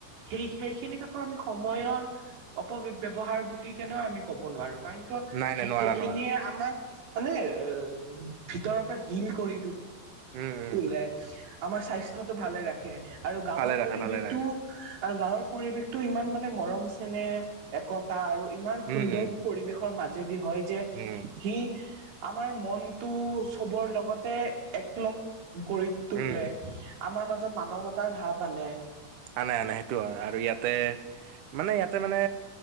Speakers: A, on the right; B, on the right.
A: সেই সেইখিনিত আকৌ আমি সময়ৰ ব্যৱহাৰ বুলি কেনেও আমি ক'ব নোৱাৰো। কাৰণ কিয়
B: নাই নাই নোৱাৰা
A: সেইখিনিয়ে
B: নোৱাৰা
A: আমাক মানে অ' ভিতৰৰ পৰা হিল কৰি তোলে
B: উম উম
A: আমাৰ স্বাস্থ্যটো ভালে ৰাখে। আৰু গাঁৱৰ
B: ভালে ৰাখে
A: পৰিৱেশটো
B: ভালে ৰাখে
A: আৰু গাঁৱৰ পৰিৱেশটো ইমান মানে মৰম চেনেহ একতা আৰু ইমান
B: উম
A: সুন্দৰ
B: উম
A: পৰিৱেশৰ মাজেদি হয় যে
B: উম
A: সি আমাৰ মনটো চবৰ লগতে একলগ কৰি তোলে।
B: উম
A: আমাৰ মাজত মানৱতাৰ ভাৱ আনে।
B: আনে আনে সেইটো হয় আৰু ইয়াতে মানে ইয়াতে মানে